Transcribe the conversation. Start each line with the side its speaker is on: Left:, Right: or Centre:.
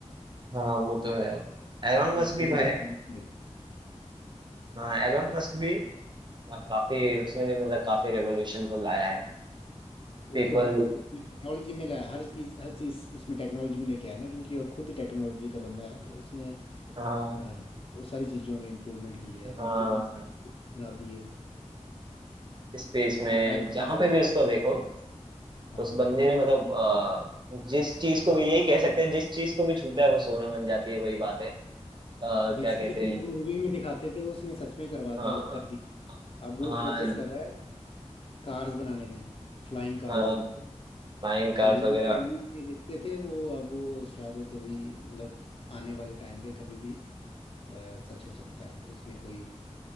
Right: हाँ, वो तो है एलोन
Left: तो
Right: मस्क
Left: उसने
Right: भी
Left: भी
Right: भाई
Left: revolution लेके
Right: हाँ एलोन मस्क भी हाँ काफी उसने भी मतलब काफी रेवोल्यूशन तो लाया है
Left: वो
Right: पीपल
Left: तो हर उसमें टेक्नोलॉजी में लाया हर चीज हर चीज उसमें टेक्नोलॉजी में लेके आया ना क्योंकि वो खुद टेक्नोलॉजी का बंदा है तो उसने अ,
Right: हाँ
Left: बहुत सारी चीजों में इम्प्रूवमेंट की है
Right: हाँ
Left: इवन स्पेसशिप बना दिए
Right: स्पेस में
Left: ड्राइवरलेस
Right: जहाँ पे
Left: कार्स
Right: भी उसको देखो
Left: हाँ
Right: उस बंदे ने मतलब अ, जिस चीज को भी यही कह सकते हैं जिस चीज को भी छूता है वो सोना बन जाती है वही बात है अ, क्या
Left: बेसिकली
Right: कहते
Left: जो
Right: हैं
Left: लोग मूवी में दिखाते थे उसने सच में करवा
Right: हाँ
Left: दिए कर दिए अब वो
Right: हाँ
Left: फोकस कर रहा है कार्स बनाने में फ्लाइंग कार्स
Right: हाँ फ्लाइंग कार्स
Left: तो वो
Right: वगैरह
Left: जो मूवी में देखते थे वो अब वो शायद वो कभी मतलब आने वाले टाइम पे कभी भी अ, सच हो सकता है तो इसमें कोई